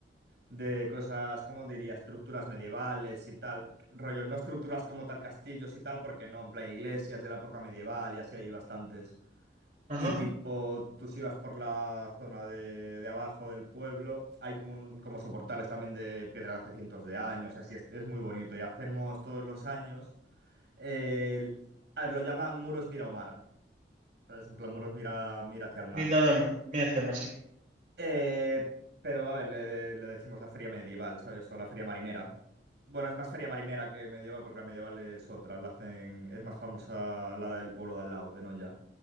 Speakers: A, on the right; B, on the right.
A: de cosas, ¿cómo diría? Estructuras medievales y tal. Rollo, no estructuras como tal castillos y tal, porque no, en plan, iglesias de la época medieval y así hay bastantes.
B: Ajá,
A: Y tipo, tú si vas por la zona de, de abajo del pueblo, hay como, un- como soportales también de piedra de hace cientos de años, y así es es muy bonito. Y hacemos todos los años. El- a ver, lo llaman muros mira o mar. ¿sabes? En plan, muros mira, mira hacia el mar.
B: mira, nada más, mira, hacerme así.
A: Eh, pero, a ver, le, le decimos la feria medieval, ¿sabes? O la feria marinera. Bueno, es más feria marinera que medieval, porque la medieval es otra. La hacen, es más famosa la del pueblo de al lado, de Noya.